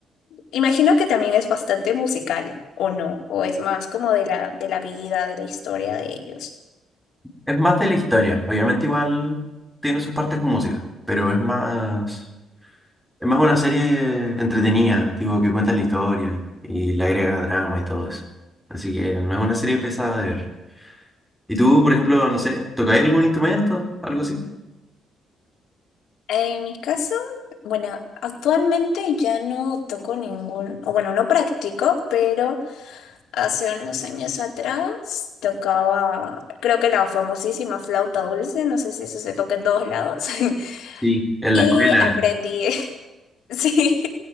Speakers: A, on the left; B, in the centre.
A: Imagino que también es bastante musical, ¿o no? O es más como de la, de la vida, de la historia de ellos.
B: Es más de la historia, obviamente igual tiene sus partes con música, pero es más, es más una serie entretenida, tipo que cuenta la historia y le agrega drama y todo eso. Así que no es una serie pesada de ver. ¿Y tú, por ejemplo, no sé, tocáis algún instrumento, algo así?
A: En mi caso, bueno, actualmente ya no toco ningún, o bueno, no practico, pero hace unos años atrás tocaba, creo que la famosísima flauta dulce, no sé si eso se toca en todos lados, <laughs>
B: Sí. En
A: y
B: la escuela.
A: aprendí, <laughs> sí,